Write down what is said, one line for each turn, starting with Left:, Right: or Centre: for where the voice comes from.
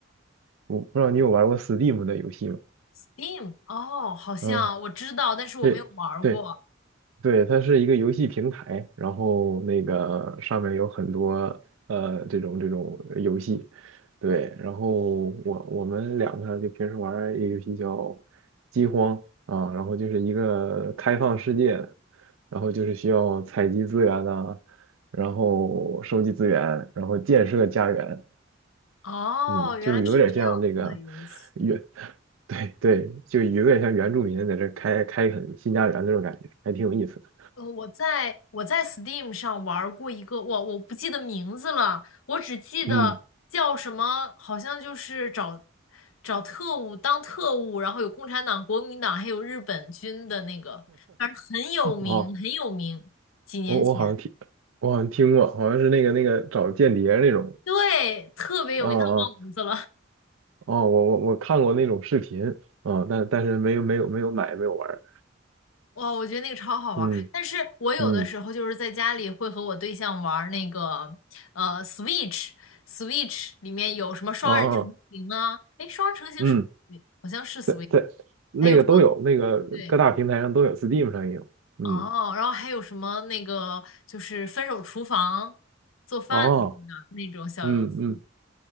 Right: 我不知道你有玩过 Steam 的游戏吗？
Left: ？Steam？哦，好像我知道，
Right: 啊、
Left: 但是我没有玩儿过。
Right: 对对，对，它是一个游戏平台，然后那个上面有很多呃这种这种游戏，对，然后我我们两个就平时玩儿一个游戏叫《饥荒》啊，然后就是一个开放世界的，然后就是需要采集资源呐、然后收集资源，然后建设家园，
Left: 哦，
Right: 嗯，
Left: 原来是这样子的游戏。
Right: 就有点像这个原，<laughs> 对对，就有点像原住民在这开开垦新家园那种感觉，还挺有意思的。
Left: 呃，我在我在 Steam 上玩儿过一个，我我不记得名字了，我只记得叫什么，
Right: 嗯。
Left: 好像就是找找特务当特务，然后有共产党、国民党，还有日本军的那个，反正很有名，
Right: 哦，
Left: 很有名。几年前，
Right: 我我好像听，我好像听过，好像是那个那个找间谍那种，
Left: 对，特别有名，
Right: 啊啊
Left: 但我忘名字了。
Right: 哦，我我我看过那种视频，啊，但但是没有没有没有买没有玩儿，
Left: 哇，我觉得那个超好玩儿，
Right: 嗯
Left: 但是我有的时候就是在家里会和我对象玩儿那个呃
Right: 嗯
Left: Switch，Switch 里面有什么双人成行啊？
Right: 啊啊
Left: 哎，双人成行是不是好像是
Right: 嗯，
Left: Switch，
Right: 在在那个都有，
Left: 还有什么？
Right: 那个各大平台上都有，Steam
Left: 对，
Right: 上也有，嗯
Left: 哦，然后还有什么那个就是分手厨房做饭的那个那种小游戏。
Right: 哦嗯嗯